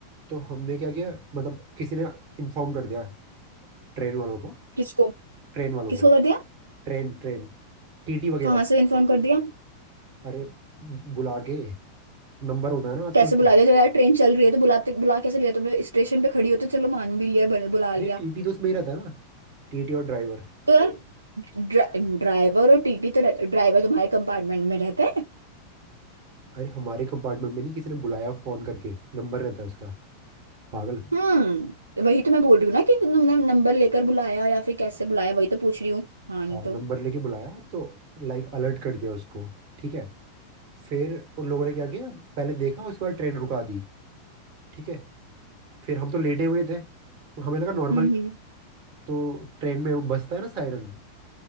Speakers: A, on the right; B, on the right.
A: तो हमने क्या किया मतलब किसी ने इन्फॉर्म कर दिया ट्रेन वालों को
B: किसको
A: ट्रेन वालों
B: किसको
A: को
B: कर दिया
A: ट्रेन ट्रेन टीटी वगैरह
B: कहाँ
A: को
B: से इन्फॉर्म कर दिया
A: अरे बुला के नंबर होता है ना आजकल
B: कैसे बुला लिया जब यार ट्रेन चल रही है तो बुलाते बुला कैसे लिया तुमने स्टेशन पे खड़ी हो तो चलो मान भी लिया बन- बुला
A: अरे
B: लिया
A: टीटी तो उसमें ही रहता है ना टीटी और ड्राइवर
B: तो यार ड्रा, ड्राइवर और टीटी तो रहते ड्राइवर तुम्हारे कंपार्टमेंट में रहते हैं
A: अरे हमारे कंपार्टमेंट में नहीं किसी ने बुलाया फोन करके नंबर रहता है उसका पागल
B: हम्म वही तो मैं बोल रही हूँ ना कि तुमने नंबर लेकर बुलाया या फिर कैसे बुलाया वही तो पूछ रही हूँ हाँ
A: हाँ
B: नहीं तो
A: नंबर लेके बुलाया तो लाइक अलर्ट कर दिया उसको ठीक है फिर उन लोगों ने क्या किया पहले देखा उसके बाद ट्रेन रुका दी ठीक है फिर हम तो लेटे हुए थे हमें लगा नॉर्मल
B: हम्म हम्म।
A: तो ट्रेन में वो बजता है ना सायरन